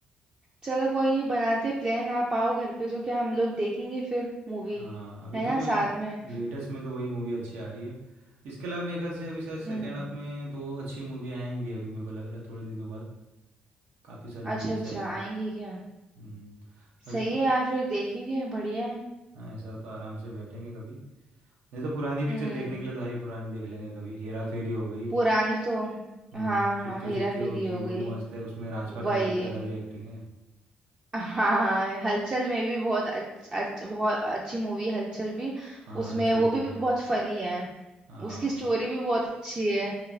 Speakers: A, on the right; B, on the right.
A: चलो कोई नहीं बनाते प्लान आप आओ घर पे तो क्या हम लोग देखेंगे फिर मूवी
B: हाँ अभी
A: है
B: तो
A: ना
B: कोई
A: साथ में
B: लेटेस्ट में तो वही मूवी अच्छी आ रही है इसके अलावा मेरे ख्याल से अभी शायद सेकेंड
A: हम्म
B: हाफ में तो अच्छी मूवी आएंगी अभी मेरे को लग रहा है थोड़े दिनों बाद काफ़ी सारी मूवीज
A: अच्छा अच्छा
B: आएगी
A: आएंगे क्या
B: हम्म बाकी
A: सही है यार फिर देखेंगे बढ़िया है
B: हाँ ऐसा तो आराम से बैठेंगे कभी नहीं तो पुरानी पिक्चर
A: हम्म
B: देखने के लिए तो भाई पुरानी देख लेंगे कभी हेरा फेरी हो गई
A: पुरानी तो
B: हम्म
A: हाँ हाँ
B: चुपके
A: हेरा
B: चुपके
A: फेरी
B: हो गई
A: हो
B: वो
A: गई
B: भी मस्त है उसमें राजपाल
A: वही
B: यादव की अलग ही एक्टिंग है
A: हाँ हलचल में भी बहुत अच्छ, अच्छ, बहुत अच्छी मूवी है हलचल भी
B: हाँ
A: उसमें
B: हलचल
A: वो
B: भी
A: भी
B: है
A: बहुत फनी है
B: हाँ
A: उसकी
B: वो
A: स्टोरी भी बहुत अच्छी है